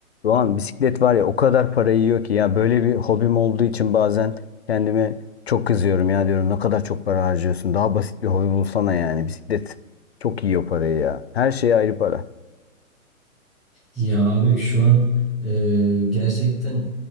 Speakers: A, on the left; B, in the centre.
A: Doğan bisiklet var ya o kadar para yiyor ki ya böyle bir hobim olduğu için bazen kendime çok kızıyorum ya diyorum ne kadar çok para harcıyorsun daha basit bir hobi bulsana yani bisiklet çok yiyor parayı ya her şeye ayrı para
B: Ya abi şu an e, gerçekten